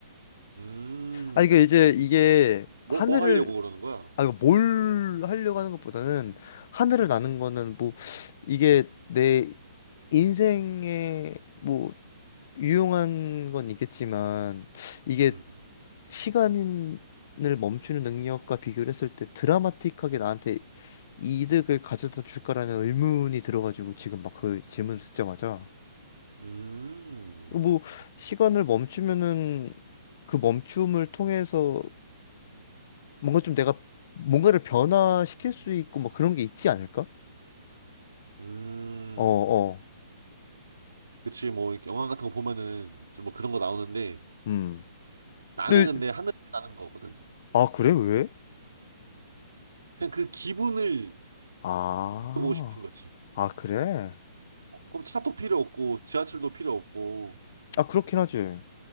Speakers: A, on the right; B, on the left.
A: 음,
B: 아, 이게 이제 이게
A: 뭐,
B: 하늘을,
A: 뭐 하려고 그러는 거야?
B: 아, 이거 뭘 하려고 하는 것보다는 하늘을 나는 거는 뭐 이게 내 인생의 뭐 유용한 건 있겠지만 이게
A: 음,
B: 시간을 멈추는 능력과 비교를 했을 때 드라마틱하게 나한테 이득을 가져다 줄까라는 의문이 들어가지고 지금 막 그 질문을 듣자마자
A: 음,
B: 뭐 시간을 멈추면은 그 멈춤을 통해서 뭔가 좀 내가 뭔가를 변화시킬 수 있고 뭐 그런 게 있지 않을까?
A: 음.
B: 어, 어.
A: 그치, 뭐, 영화 같은 거 보면은 좀 뭐 그런 거 나오는데
B: 음.
A: 나는
B: 근데
A: 근데 하늘에 나는 거거든.
B: 아 그래 왜?
A: 그냥 그 기분을
B: 아.
A: 느껴보고 싶은 거지.
B: 아 그래?
A: 어, 그럼 차도 필요 없고, 지하철도 필요 없고.
B: 아 그렇긴 하지.